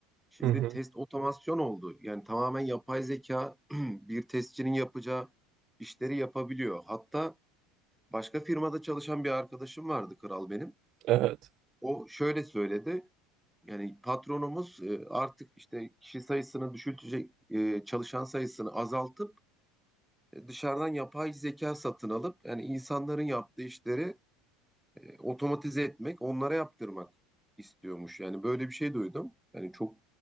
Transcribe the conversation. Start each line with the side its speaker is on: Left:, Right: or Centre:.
Centre: Şimdi
Right: Hı hı.
Centre: test otomasyon oldu. Yani tamamen yapay zeka <clears throat> bir testçinin yapacağı işleri yapabiliyor. Hatta başka firmada çalışan bir arkadaşım vardı kral benim.
Right: Evet.
Centre: O şöyle söyledi. Yani patronumuz e, artık işte kişi sayısını düşültecek, e, çalışan sayısını azaltıp e, dışarıdan yapay zeka satın alıp yani insanların yaptığı işleri e, otomatize etmek, onlara yaptırmak istiyormuş. Yani böyle bir şey duydum. Yani çok